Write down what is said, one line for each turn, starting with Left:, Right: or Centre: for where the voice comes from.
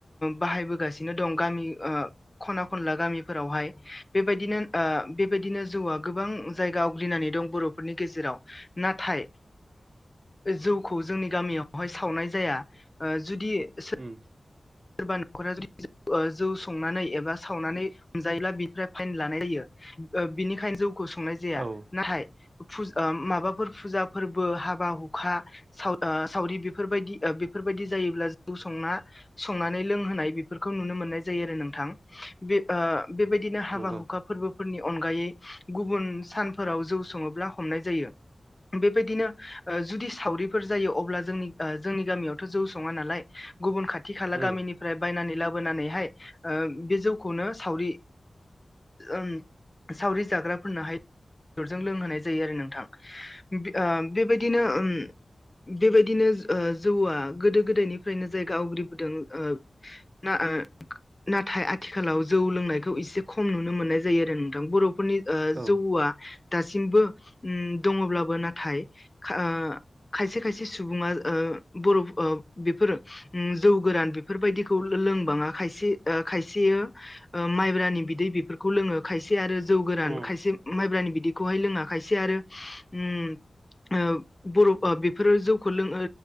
Left: बाहाय दं गामि खना खनला गामिफोरावहाय बेबायनो बेबायदिनो जौआ गोबां जायगा आवग्रिनानै दं बर'फोरनि गेजेराव नाथाय जौखौ जोंनि गामियावहाय सावनाय जाया ओ जुदि सो
Right: उम
Left: सोरबा नखरा जुदि जौ ओ जौ संनानै एबा सावनानै हमजायोब्ला बिनिफ्राय फाइन लानाय जायो ओ बिनिखायनो जौखौ संनाय जाया
Right: औ
Left: नाथाय फुजा ओ माबाफोर फुजा फोरबो हाबा हुखा साव ओ सावरि बेफोरबायदि ओ बेफोरबाय दि जायोब्ला जौ संना संनानै लोंहोनाय बेफोरखौ नुनो मोननाय जायो आरो नोंथां बे ओ बेबायदिनो हाबा
Right: नंगौ
Left: हुखा फोरबोफोरनि अनगायै गुबुन सानफोराव जौ सङोब्ला हमनाय जायो बेबायदिनो ओ जुदि सावरिफोर जायो अब्ला जोंनि ओ जोंनि गामियावथ जौ सङा नालाय गुबुन खाथि खाला
Right: उम
Left: गामिनिफ्राय बायनानै लाबो बोनानैहाय बे जौखौनो सावरि ओम सावरि जाग्राफोरनो हाय बेदरजों लोंहोनाय जायो आरो नोंथां ओ बेबायदिनो ओम बेबायदिनो ओ जौआ गोदो गोदायनिफ्रायनो जायगा आवग्रि बोदों ओ ना ओ नाथाय आथिखालाव जौ लोंनायखौ एसे खम नुनो मोनो जायो आरो नोंथां बरफोरनि ओ
Right: औ
Left: जौआ दासिमबो ओम दङब्लाबो नाथाय खा खायसे खायसे सुबुङा ओ बरफ ओ बेफोरो ओम जौ गोरान बेफोरबायदिखौ लो-लोंबाङा खायसे ओ खायसेयो ओ माइब्रानि बिदै बेफोरखौ खौ लोङो खायसे आरो जौ गोरान
Right: उम
Left: खायसे माइब्रानि बिदि खौहाय लोङा खायसे आरो ओम ओ बरफ ओ बेफोरो जौखौ लों ओ